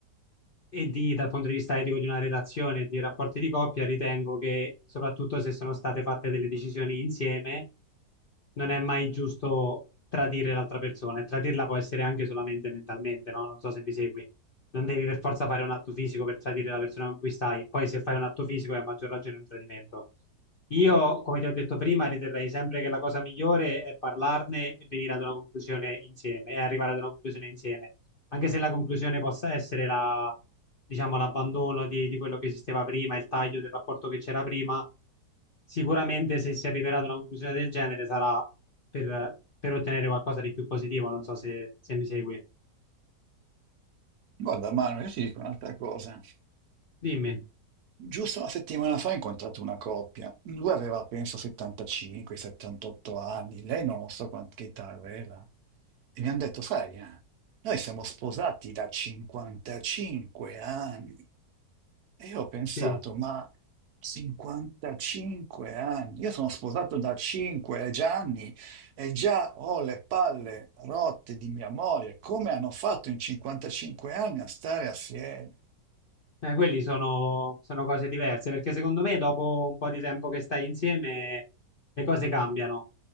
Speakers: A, on the left; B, on the right.
A: e di- dal punto di vista etico di una relazione e di rapporti di coppia, ritengo che soprattutto se sono state fatte delle decisioni insieme, non è mai giusto tradire l'altra persona e tradirla può essere anche solamente mentalmente, no? Non so se mi segui. Non devi per forza fare un atto fisico per tradire la persona con cui stai, poi se fai un atto fisico è a maggior ragione un tradimento. Io, come ti ho detto prima, riterrei sempre che la cosa migliore è parlarne e venire ad una conclusione insieme e arrivare ad una conclusione insieme anche se la conclusione possa essere la- diciamo, l'abbandono di, di quello che esisteva prima, il taglio del rapporto che c'era prima, sicuramente se si arriverà ad una conclusione del genere sarà per, per ottenere qualcosa di più positivo, non so se, se mi segui.
B: Guarda, Manuel, io ti dico un'altra cosa.
A: Dimmi,
B: Giusto una settimana fa ho incontrato una coppia, lui aveva penso 75-78 anni, lei non lo so quant- che età aveva, e mi hanno detto, sai, eh, noi siamo sposati da 55 anni. E io ho pensato,
A: sì.
B: ma 55 anni, io sono sposato da 5 anni e già ho le palle rotte di mia moglie, come hanno fatto in 55 anni a stare assieme?
A: Eh, quelli sono, sono cose diverse, perché secondo me dopo un po' di tempo che stai insieme le cose cambiano